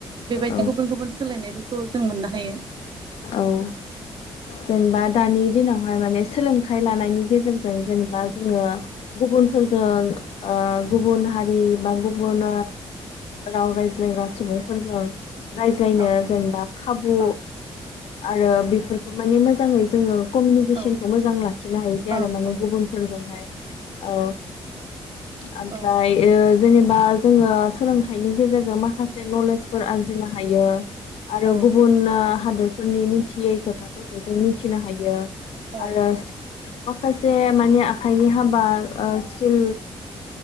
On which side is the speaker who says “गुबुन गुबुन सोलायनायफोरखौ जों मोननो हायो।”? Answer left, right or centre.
Right